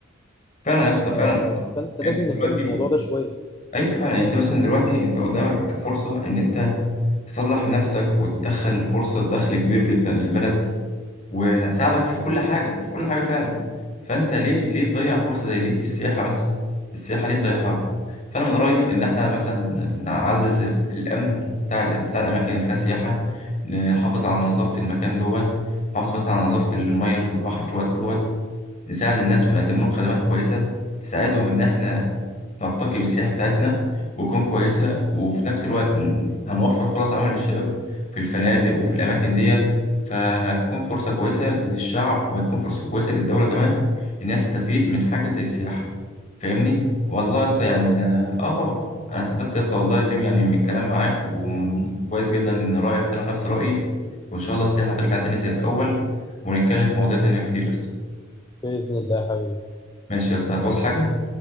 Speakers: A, on the left; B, on the left.
A: فعلا يا اسطى
B: ف...
A: فعلا
B: فانت
A: يعني
B: لازم
A: انت دلوقتي
B: نهتم بالموضوع ده شويه
A: ايوه فعلا يعني انت مثلا دلوقتي انت قدامك فرصه ان انت تصلح نفسك وتدخل فرصه دخل كبير جدا للبلد وهتساعدك في كل حاجة في كل حاجة فعلا فأنت ليه ليه تضيع فرصة زي دي السياحة مثلا السياحة ليه تضيعها فأنا من رأيي إن إحنا مثلا نعزز الأمن بتاع ال- بتاع الأماكن اللي فيها سياحة نحافظ على نظافة المكان دوت نحافظ مثلا على نظافة المية اللي في البحر في الوقت دوت نساعد الناس ونقدم لهم خدمات كويسة تساعدهم إن إحنا نرتقي بالسياحة بتاعتنا وتكون كويسة وفي نفس الوقت ن- هنوفر فرص عمل للشباب في الفنادق وفي الأماكن ديت فهتكون فرصة كويسة للشعب وهتكون فرصة كويسة للدولة كمان إنها تستفيد من حاجة زي السياحة فاهمني؟ والله يا اسطى يعني
B: ايوه طبعا
A: أنا- آه طبعا أنا استفدت يا اسطى والله يا زيم يعني من الكلام معاك وكويس جدا إن رأيك طلع نفس رأيي وإن شاء الله السياحة ترجع تاني زي الأول ونتكلم في مواضيع تانية كتير يا اسطى
B: باذن الله يا حبيبي
A: ماشي يا اسطى هتعوز حاجة؟